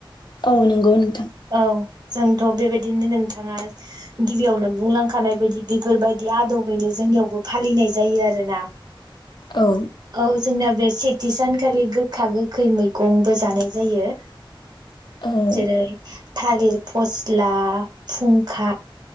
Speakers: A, on the left; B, on the right.
A: औ नंगौ नोंथां
B: औ जोंथ' बेबायदिनो नोंथाङा गिबियावनो बुंलांखानाय बायदि बेफोरबायदि आदबैनो जोंनियावबो फालिनाय जायो आरो ना
A: औ
B: औ जोंनि बेस सेथि सानखालि गोखा गोखै मैगंबो जानाय जायो
A: औ
B: जेरै थालिर फस्ला फुंखा